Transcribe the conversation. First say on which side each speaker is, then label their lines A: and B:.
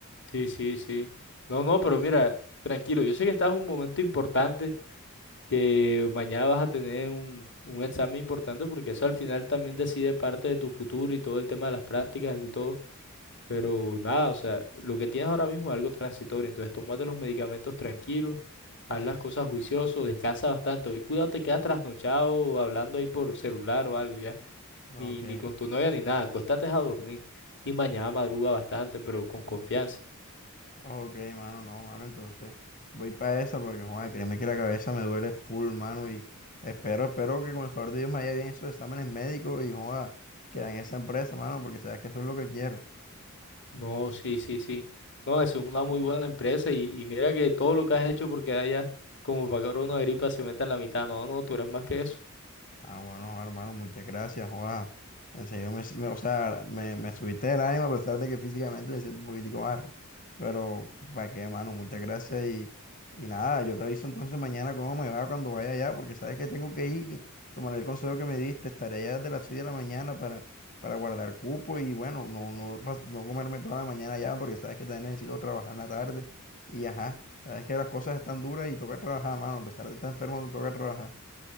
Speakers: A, on the left; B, on the left.
A: Sí, sí, sí. No, no, pero mira, tranquilo, yo sé que estás en un momento importante que mañana vas a tener un, un examen importante porque eso al final también decide parte de tu futuro y todo el tema de las prácticas y todo. Pero nada, o sea, lo que tienes ahora mismo es algo transitorio, entonces tómate los medicamentos tranquilos, haz las cosas juicioso, descansa bastante. Hoy cuidado, te quedas trasnochado o hablando ahí por celular o algo ya,
B: Ok.
A: ni, ni con tu novia ni nada, acuéstate a dormir y mañana madruga bastante, pero con confianza.
B: Ok, mano, no, mano, entonces voy para esa porque, joder, créeme que la cabeza me duele full, mano, y espero, espero que con el favor de Dios me haya bien esos exámenes médicos y, joder, que en esa empresa, mano, porque sabes que eso es lo que quiero.
A: No, sí, sí, sí. No, eso es una muy buena empresa y, y mira que todo lo que has hecho porque haya como para que ahora una gripa se meta en la mitad. No, no, tú eres más que eso.
B: Ah, bueno, hermano, muchas gracias, Juan. En serio, me, me- o sea, me, me subiste el ánimo a pesar de que físicamente me siento un poquitico barro. Pero, ¿para qué, hermano? Muchas gracias y, y nada, yo te aviso entonces mañana cómo me va cuando vaya allá, porque sabes que tengo que ir, y tomaré el consejo que me diste, estaré allá desde las 6 de la mañana para, para guardar cupo y bueno, no, no, pas- no comerme toda la mañana allá, porque sabes que también necesito trabajar en la tarde y ajá, sabes que las cosas están duras y toca trabajar, mano, a pesar de estar enfermo, no toca trabajar.